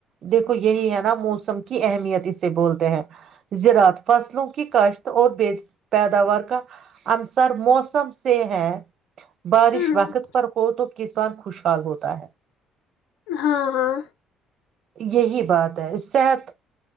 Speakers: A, on the right (about 55°); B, on the left (about 70°).
A: دیکھو یہی ہے نا موسم کی اہمیت اسے بولتے ہیں زراعات فصلوں کی کاشت اور ب پیداوار کا انصر موسم سے ہے بارش
B: ہاں
A: وقت پر ہو تو کسان خوشحال ہوتا ہے
B: ہاں ہاں
A: یہی بات ہے صحت